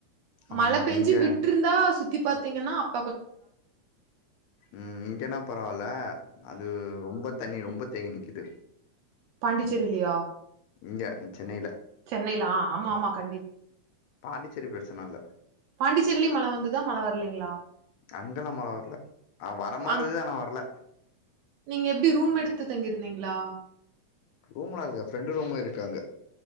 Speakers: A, on the left; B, on the right.
A: ஆமா
B: மழ பேஞ்சு
A: இங்க
B: விட்டுருந்தா சுத்தி பாத்தீங்கன்னா அப்
A: ம் இங்கங்கனா பரவாயில்ல அது ரொம்ப தண்ணி ரொம்ப தேங்கி நிக்குது
B: பாண்டிச்சேரியிலயா
A: இங்க சென்னயில
B: சென்னைல ஆ ஆமாமா கண்டிப்
A: பாண்டிச்சேரி பிரச்சன இல்ல
B: பாண்டிச்சேரிலயு மழ வந்துதா மழ வரலைங்களா
A: அங்கலா மழ வர்ல ஆவ வர மாரி
B: அங்
A: இருந்தா நா வரல
B: நீங்க எப்டி ரூம் எடுத்து தங்கியிருந்தீங்ளா
A: ரூம் நாளுக்க ஃப்ரெண்டு ரூம் இருக்கு அங்க